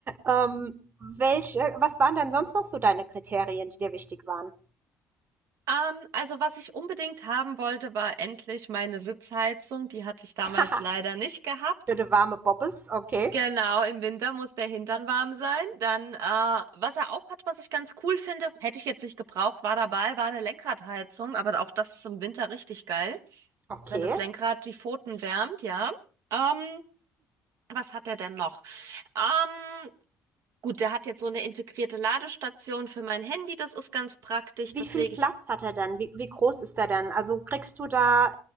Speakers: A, on the right; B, on the right.
A: Ähm, welche, was waren denn sonst noch so deine Kriterien, die dir wichtig waren?
B: Ähm, also was ich unbedingt haben wollte, war endlich meine Sitzheizung. Die hatte ich damals
A: Haha,
B: leider
A: <laughs>
B: nicht gehabt.
A: für die warme Bobbes, okay.
B: Genau, im Winter muss der Hintern warm sein. Dann, äh, was er auch hat, was ich ganz cool finde, hätte ich jetzt nicht gebraucht, war dabei, war eine Lenkradheizung, aber auch das ist im Winter richtig geil,
A: Okay.
B: wenn das Lenkrad die Pfoten wärmt, ja. Ähm, was hat er denn noch? Ähm, gut, der hat jetzt so eine integrierte Ladestation für mein Handy, das ist ganz praktisch,
A: Wie
B: das
A: viel
B: lege
A: Platz
B: ich.
A: hat er dann? Wie, wie groß ist er dann? Also kriegst du da